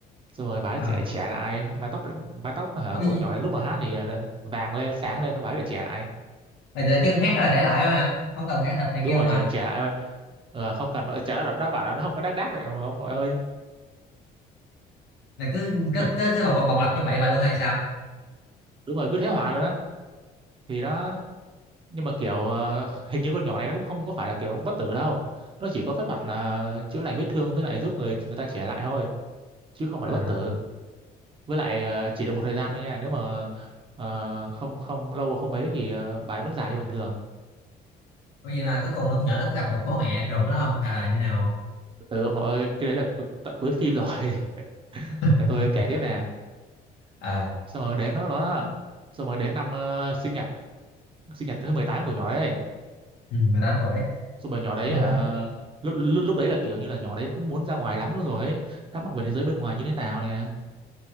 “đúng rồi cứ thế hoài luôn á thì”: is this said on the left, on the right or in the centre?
Right